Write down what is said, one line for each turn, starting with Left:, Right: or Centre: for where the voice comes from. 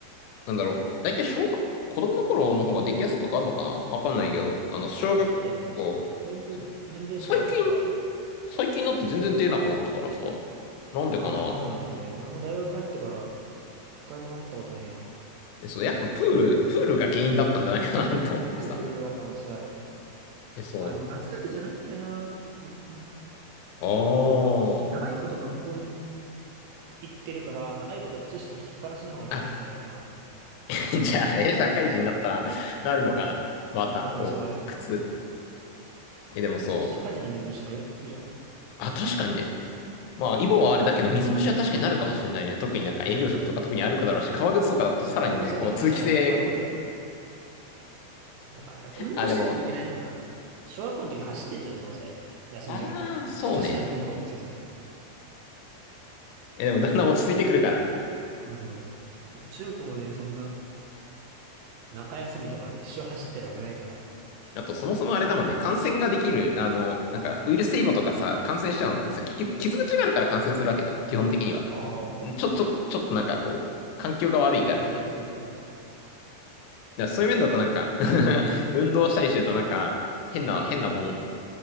Left: なんだろう。だいたい小学、子供の頃の方ができやすいとかあるのかなわかんないけど、あの、小学校、
Right: あ、まあ、そうだよね。そう。だいぶ年齢層上がったら、
Left: そう最近、最近になって全然出なくなったからさ、なんでかなって思って。
Right: ならないね。俺も大学入ってから、一回もなったことねえよ。
Left: えそう、やっぱプール、プールが原因だったんじゃないかなって思っててさ。
Right: プールは可能性ある。
Left: え、そ
Right: あ、でも夏だけじゃないんだよな、と、別に。
Left: う。ああ。
Right: 長いこと学校に行ってるから、長いこと靴下履きっぱなしなのがいけないんじゃないかな。
Left: あ、
Right: と
Left: <laughs> じゃあ、あれ、社会人になったら、なるのかな。また、
Right: なる可能性はあるよね。
Left: こう、靴。え、でもそう。
Right: だって社会人の水虫とかよく聞くじゃん。
Left: あ、確かにね。まあ、イボはあれだけど、水虫は確かになるかもしれないね。特になんか営業職とか特に歩くだろうし、
Right: そう。
Left: 革靴とかだとさらにね、
Right: まあその革靴だったらね、
Left: こう、通気性。
Right: さらに終わってるからね。だからやっぱ運動してんのもいけないのかもな。
Left: あ、でも、
Right: 小学校の時走ってるじゃん、どうせ。休み時間とか。
Left: ああ、そうね。
Right: 靴下脱ぐこともせずに。
Left: え、でもだんだん落ち着いてくるからね。
Right: うん、そう。こう中高でそんな中休みとか一生走ってるわけないから。
Left: あと、そもそもあれだもんね、感染ができる、あの、なんか、ウイルス性イボとかさ、感染しちゃうのってさ、
Right: うん。あ
Left: 結局、傷口があるから感染するわけじゃん。基本的には。
Right: あ、まあ。
Left: ちょ、ちょ、ちょっとなんかこう、環境が悪いからみたいな。
Right: そうね、そうそうそうそう。
Left: だからそういう面だとなんか <laughs> 運動したりしてるとなんか、変な、変なもん、